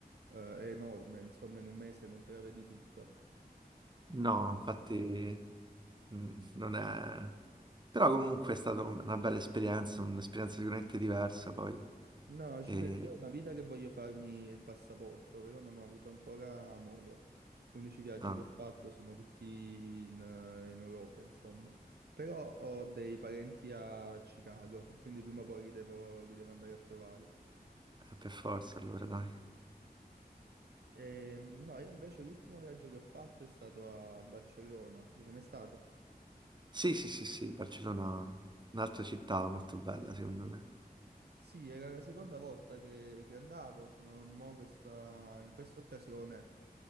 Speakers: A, on the right; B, on the right.
A: eh, è enorme, insomma, in un mese non te la vedi tutta.
B: No, infatti mh, non è... Però comunque è stata un- una bella esperienza, un'esperienza sicuramente diversa poi.
A: No, ci
B: E
A: credo. Io ho una vita che voglio farmi il passaporto, però non ho avuto ancora modo. Gli unici viaggi
B: Ah,
A: che ho fatto sono tutti in, eh, in Europa, insomma. Però ho dei parenti a Chicago, quindi prima o poi li devo, li devo andare a trovare.
B: eh, per forza allora, dai.
A: Ehm, no, io invece l'ultimo viaggio che ho fatto è stato a Barcellona. Ci sei mai stato?
B: Sì, sì, sì, sì, Barcellona, è un'altra città molto bella, secondo me.
A: Sì, era la seconda volta che, che andavo, sono, mo questa- in questa occasione